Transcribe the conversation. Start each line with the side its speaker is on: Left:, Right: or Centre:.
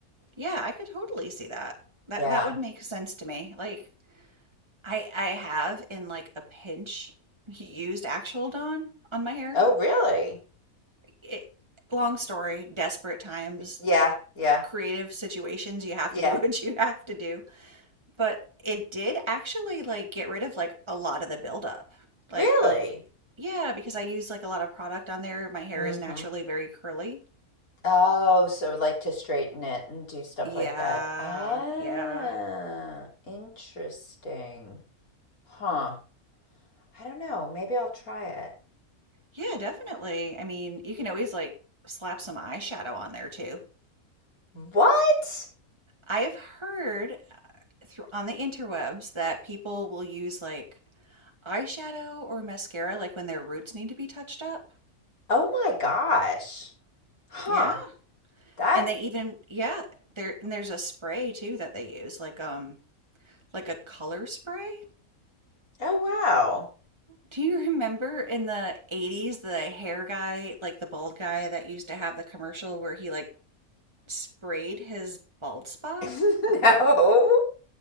Right: Yeah, I could totally see that. That
Left: Yeah.
Right: that would make sense to me. Like I I have in like a pinch used actual Dawn on my hair.
Left: Oh, really?
Right: It, long story, desperate times,
Left: Yeah, yeah,
Right: c- creative situations, you have
Left: yeah.
Right: to do <laughs> what you have to do. But it did actually like get rid of like a lot of the buildup. Like
Left: Really?
Right: of yeah, because I use like a lot of product on there. My hair
Left: Mm-hmm.
Right: is naturally very curly.
Left: Oh, so like to straighten it and do stuff
Right: Yeah,
Left: like that. Ah,
Right: yeah.
Left: interesting. Huh. I don't know. Maybe I'll try it.
Right: Yeah, definitely. I mean, you can always like slap some eyeshadow on there too.
Left: What?
Right: I have heard through on the interwebs that people will use like eyeshadow or mascara like when their roots need to be touched up.
Left: Oh my gosh. Huh.
Right: Yeah.
Left: That,
Right: And they even yeah, there and there's a spray too that they use like um like a color spray.
Left: oh wow.
Right: Do you <laughs> remember in the 80s the hair guy, like the bald guy that used to have the commercial where he like sprayed his bald spot?
Left: <laughs> No.